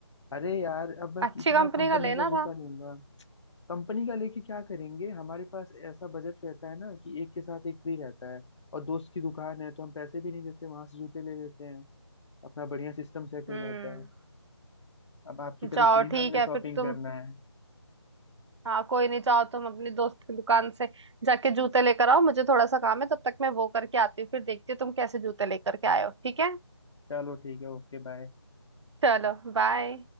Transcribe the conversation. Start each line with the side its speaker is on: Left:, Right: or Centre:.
Left: अरे यार अब मैं कितना
Right: अच्छी कंपनी
Left: कंपनी
Right: का लेना
Left: का जूता
Right: था
Left: लूंगा कंपनी का लेके क्या करेंगे हमारे पास ऐसा बजट रहता है ना कि एक के साथ एक फ्री रहता है और दोस्त की दुकान है तो हम पैसे भी नहीं देते वहां से जूते ले लेते हैं अपना बढ़िया सिस्टम सेट
Right: हम्म
Left: हो जाता है अब आपकी तरफ
Right: जाओ
Left: थोड़ी ना
Right: ठीक
Left: हमने
Right: है
Left: शॉपिंग
Right: फिर तुम
Left: करना है
Right: हाँ कोई नहीं जाओ तुम अपनी दोस्त की दुकान से जाके जूते लेकर आओ मुझे थोड़ा सा काम है तब तक मैं वो करके आती हूँ फिर देखती हूँ तुम कैसे जूते लेकर के आए हो ठीक है
Left: चलो ठीक है ओके बाय
Right: चलो बाय